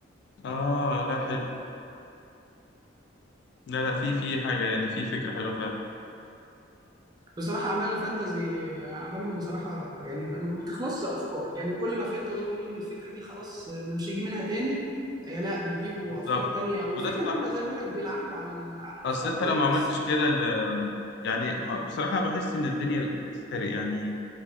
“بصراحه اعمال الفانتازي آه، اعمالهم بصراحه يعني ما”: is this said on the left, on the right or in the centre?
Right